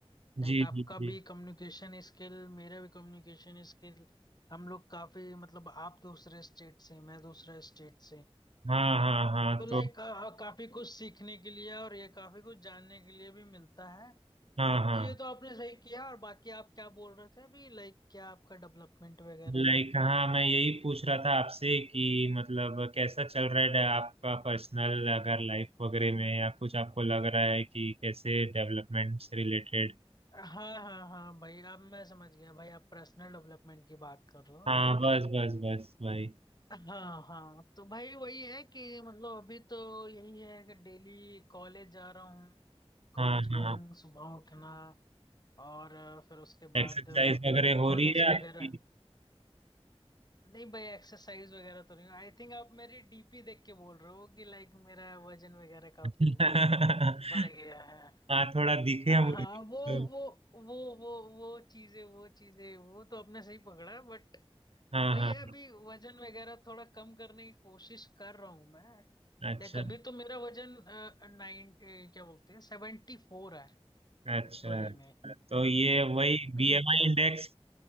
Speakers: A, on the right; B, on the left.
A: जी
B: लाइक आपका
A: जी जी
B: भी कम्युनिकेशन स्किल मेरा भी कम्युनिकेशन स्किल हम लोग काफी मतलब आप दूसरे स्टेट से मैं दूसरे स्टेट से
A: हाँ हाँ हाँ
B: तो लाइक
A: तो
B: काफी कुछ सीखने के लिए और ये काफी कुछ जानने के लिए भी मिलता है
A: हाँ हाँ
B: तो ये तो आपने सही किया और बाकी आप क्या बोल रहे थे अभी लाइक क्या आपका डेवलपमेंट वगैरह
A: लाइक हाँ मैं यही पूछ रहा था आपसे कि मतलब कैसा चल रहा है आपका पर्सनल अगर लाइफ वगैरह में या कुछ आपको लग रहा है कि कैसे डेवलपमेंट से रिलेटेड
B: हाँ हाँ हाँ भाई अब मैं समझ गया भाई आप पर्सनल डेवलपमेंट की बात कर रहे हो
A: हाँ
B: लाइक
A: बस बस बस भाई
B: हाँ हाँ तो भाई वही है कि मतलब अभी तो यही है कि डेली कॉलेज जा रहा हूँ कॉलेज
A: हाँ
B: गोइंग
A: हाँ
B: सुबह उठना और अ, फिर उसके बाद
A: एक्सरसाइज वगैरह हो
B: कॉलेज
A: रही है
B: वगैरह
A: आपकी
B: नहीं भाई एक्सरसाइज वगैरह तो नहीं आई थिंक आप मेरी डीपी देख के बोल रहे हो कि लाइक मेरा वजन वगैरह काफी
A: <laughs>
B: बढ़ गया है
A: हाँ थोड़ा दिखे
B: हाँ
A: मुझे
B: हाँ
A: तो,
B: वो वो वो वो वो चीजें वो चीजें वो तो आपने सही पकड़ा बट
A: हाँ
B: वही
A: हाँ
B: है अभी वजन वगैरह थोड़ा कम करने की कोशिश कर रहा हूं मैं
A: अच्छा
B: देख अभी तो मेरा वजन नाइन क्या बोलते हैं सेवेंटी फोर है
A: अच्छा
B: एक्चुअली में
A: तो ये
B: तो
A: वही
B: लाइक
A: बीएमआई
B: पेट
A: इंडेक्स